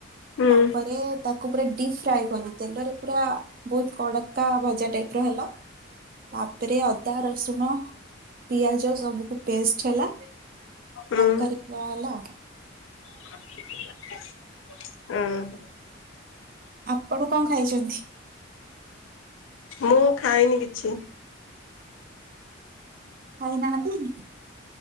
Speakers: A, on the left; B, on the right.
A: ହୁଁ
B: ତାପରେ ତ କୁ ପୁରା ଡିପ୍ ଫ୍ରାଏ କଲି ତେଲରେ ପୁରା ବହୁତ କଡକା ଭଜା ଟାଇପ ର ହେଲା। ତାପରେ ଅଦା ରସୁଣ ପିଆଜ ସବୁକୁ ପେଷ୍ଟ ହେଲା। ତରକାରୀ
A: ହୁଁ
B: କରା ହେଲା।
A: ଉଁ ହୁଁ।
B: ଆପଣ କଣ ଖାଇଛନ୍ତି?
A: ମୁଁ ଖାଇନି କିଛି।
B: ଖାଇନାହାନ୍ତି।